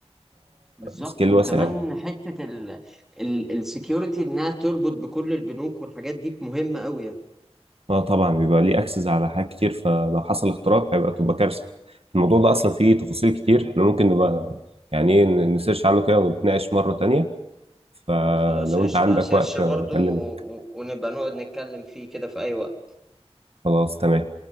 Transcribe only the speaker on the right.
سكيل
واسع قوي
اه طبعا بيبقى ليه اكسس على حاجات كتير فلو حصل اختراق هيبقى تبقى كارثه الموضوع ده اصلا فيه تفاصيل
كتير احنا ممكن نبقى يعني ايه ن- نسيرش عنه كده ونتناقش مره تانية فلو
انت عندك
وقت
آه، اكلمك
خلاص تمام